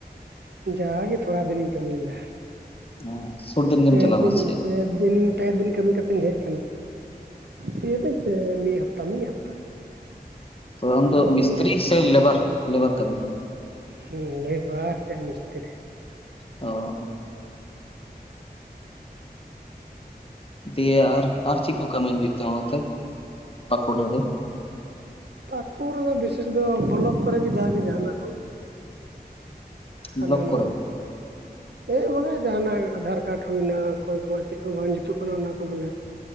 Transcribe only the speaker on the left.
<inaudible>
ᱥᱮ?
ᱛᱵᱮ ᱟᱢ
ᱫᱚ
ᱢᱤᱥᱛᱨᱤ
ᱥᱮ ᱞᱮᱵᱟᱨ ᱞᱮᱵᱟᱨ ᱠᱟᱹᱢᱤ
ᱚᱻ᱾ ᱫᱤᱭᱮ ᱟᱨ ᱟᱨ ᱪᱮᱜ ᱠᱚ ᱠᱟᱹᱢᱤ ᱦᱩᱭᱩᱜ ᱛᱟᱢᱟ ᱱᱚᱛᱮ ᱯᱟᱹᱠᱩᱲ ᱨᱮ?
ᱵᱞᱚᱠ
ᱠᱚᱨᱮ?